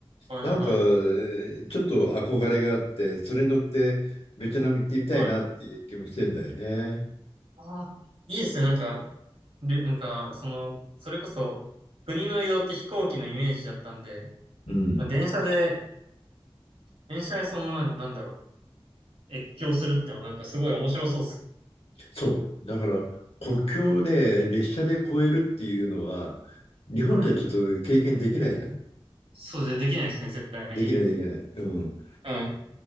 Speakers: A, on the right; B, on the left.
A: はいはいはい。
B: なんか、えーちょっと憧れがあって、それに乗ってベトナム行ってみたいなっていう気もしてんだよね。
A: はい。ああ、いいですね。なんか、で、なんか、その、それこそ、国の移動って飛行機のイメージだったんで、
B: うん。
A: まあ電車で、電車でその、な、なんだろう、越境するってのはなんかすごい面白そうっす。
B: そう。だから、国境をね、列車で越えるっていうのは、日本じゃちょっと経験できないじゃん
A: はい。そうで、できないですね、絶対に。
B: できない、できない。うん。
A: うん。